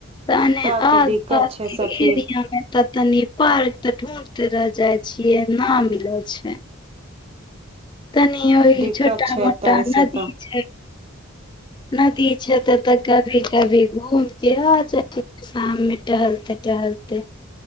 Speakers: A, on the left; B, on the right.
A: तने
B: तब
A: आसपासके
B: तो दिक्कत छै सखी
A: एरियामे त तनी पार्क तऽ ढू त रह जाइ छियै न मिलै छै तनी ओहि
B: दिक्कत
A: छोटा
B: छै
A: मोटा
B: तऽ ऐसे
A: नदी
B: तऽ
A: छै नदी छै त कभी कभी घूम के आ जा शाममे टहलते टहलते